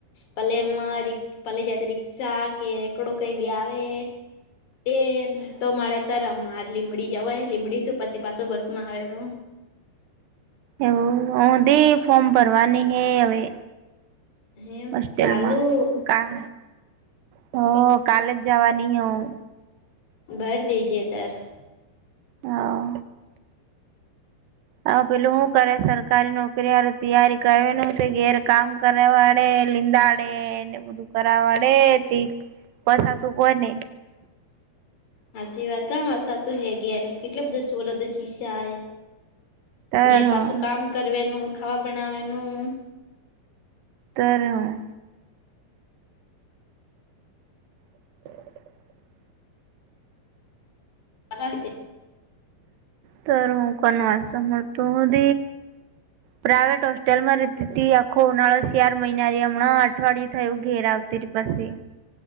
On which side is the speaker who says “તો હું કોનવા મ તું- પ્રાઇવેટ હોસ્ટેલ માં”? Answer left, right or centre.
Right